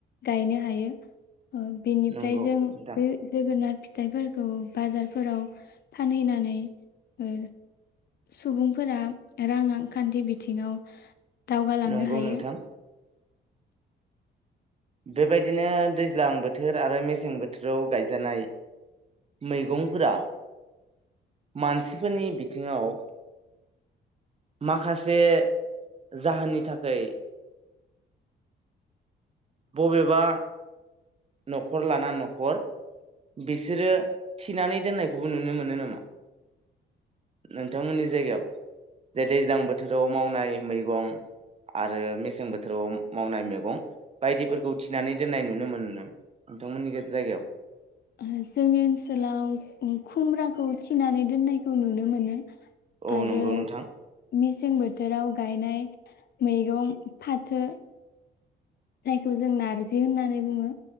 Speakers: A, on the left; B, on the right.
A: गायनो हायो ओ बेनिफ्राय
B: नंगौ
A: जों
B: नोंथां
A: बे जोगोनार फि- थाइफोरखौ बाजारफोराव फानहैनानै ओ सुबुंफोरा रां आंखान्थि बिथिङाव दावगालांनो
B: नंगौ
A: हायो
B: नोंथां बेबायदिनो दैज्लां बो- थोर आरो मेसें बोथोराव गायजानाय मैगंफोरा मानसिफोरनि बिथिङाव माखासे जाहोननि थाखै बबेबा न'खर लाना न'खर बिसोरो थिनानै दोननायखौबो नुनो मोनो नामा नोंथांमोननि जायगायाव जे दैज्लां बोथोराव मावनाय मैगं आरो मेसें बोथोराव मावनाय मैगं बायदिफोरखौ थिनानै दोननाय नुनो मोनो ना नोंथांमोननि गे जायगायाव
A: ओ जोंनि ओनसोलाव उम खुमब्राखौ थिनानै दोननायखौ नुनो मोनो
B: औ
A: आरो
B: नंगौ नोंथां
A: मे- सें बोथोराव गायनाय मैगं फाथो जायखौ जों नारजि होननानै बुङो।